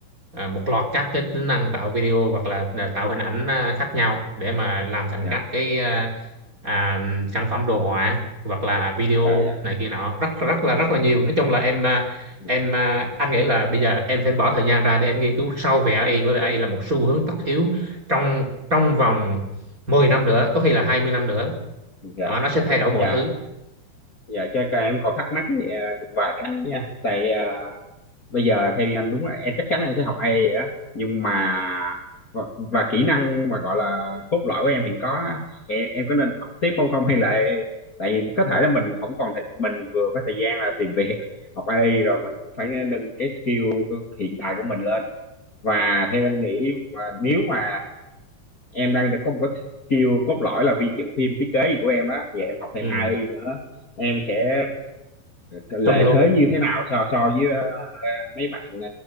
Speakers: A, on the right; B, on the left.
A: à, một loạt các cái tính năng tạo video hoặc là là tạo hình ảnh à, khác nhau để mà làm thành
B: dạ
A: các cái à, à, sản phẩm đồ họa hoặc là video
B: dạ dạ
A: này kia nọ rất rất là rất là nhiều nói chung là em à,
B: ừ,
A: em à, anh nghĩ là bây giờ em phải bỏ thời gian ra để em nghiên cứu sâu về AI bởi vì AI là một xu hướng tất yếu trong trong vòng 10 năm nữa có khi là 20 năm nữa
B: dạ
A: Đó, nó sẽ thay đổi mọi
B: dạ
A: thứ
B: dạ cho cho em còn thắc mắc thì, ờ, vài cái nha tại ờ, bây giờ theo anh đúng là em chắc chắn là em sẽ học AI rồi đó nhưng mà và, và kỹ năng mà gọi là cốt lõi của em hiện có á, em, em có nên học tiếp không không hay là tại vì có thể là mình không còn thời, mình vừa có thời gian là tìm việc học AI rồi mình cũng phải nâng cái skill hiện tại của mình lên và theo anh nghĩ và nếu mà em đang có một cái skill cốt lõi là vi dựng phim thiết kế gì của em đó giờ em học thêm
A: ừ,
B: AI nữa em sẽ lợi
A: trùm luôn
B: thế như thế nào so so với ờ, mấy bạn